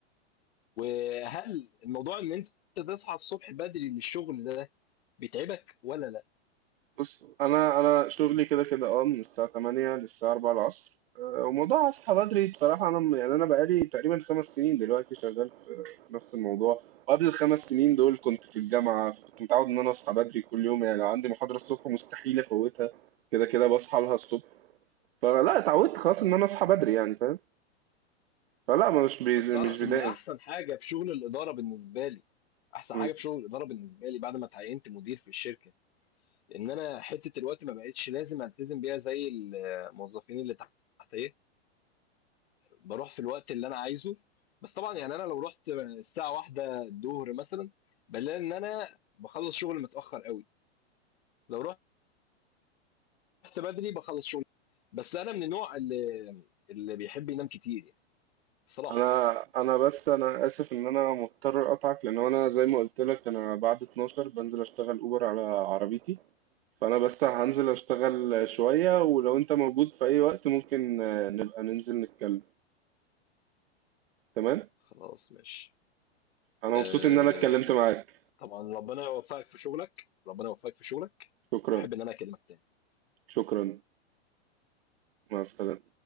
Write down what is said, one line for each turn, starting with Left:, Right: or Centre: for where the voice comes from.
Left: وهل الموضوع إن أنت تصحى الصبح بدري للشغل ده بيتعبك والّا لأ؟
Right: بص انا انا شغلي كده كده اه من الساعه 8 للساعه 4 العصر آه، وموضوع اصحى بدري بصراحه انا م- يعني انا بقالي تقريبا خمس سنين دلوقتي شغال في نفس الموضوع وقبل الخمس سنين دول كنت في الجامعه كنت متعود ان انا اصحى بدري كل يوم يعني لو عندي محاضره الصبح مستحيل افوتها كده كده بصحى لها الصبح فلا اتعودت خلاص ان انا اصحى بدري يعني فاهم فلا ما مش بيز...
Left: طب تعرف
Right: مش بدائم
Left: ان احسن حاجه في شغل الاداره بالنسبه لي احسن
Right: م.
Left: حاجه في شغل الاداره بالنسبه لي بعد ما اتعينت مدير في الشركه ان انا حته الوقت ما بقتش لازم التزم بيها زي الموظفين اللي تحتيه بروح في الوقت اللي انا عايزه بس طبعا يعني انا لو رحت الساعه واحدة الظهر مثلا بلاقي ان انا بخلص شغل متاخر قوي لو رحت بدري بخلص شغل بس انا من النوع اللي اللي بيحب ينام كتير يعني بصراحه
Right: انا انا بس انا اسف ان انا مضطر اقطعك لان انا زي ما قلت لك انا بعد 12 بنزل اشتغل اوبر على عربيتي فأنا بس هنزل أشتغل شوية ولو أنت موجود في أي وقت ممكن آه، نبقى ننزل نتكلم تمام؟
Left: خلاص ماشي
Right: أنا
Left: آم،
Right: مبسوط إن أنا اتكلمت معاك
Left: طبعا ربنا يوفقك في شغلك ربنا يوفقك في شغلك
Right: شكرا
Left: واحب ان انا اكلمك تاني
Right: شكرا مع السلامة